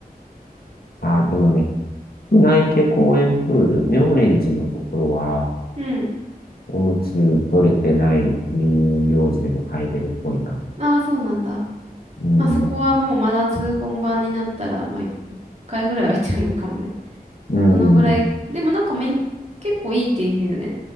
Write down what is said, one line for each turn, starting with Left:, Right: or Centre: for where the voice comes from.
Left: ああ、
Right: そうか。
Left: でもね、内家公園プール、妙蓮寺のところは、
Right: うん。
Left: おむつ取れてない乳幼児でも入れるっぽいな。
Right: ああ、そうなんだ。
Left: うん。
Right: まあそこはもう真夏本番になったら、まあい一回ぐらいは行ってもいいかもね。
Left: うん。
Right: どのぐらい。でもなんかまあい結構いいって言うよね。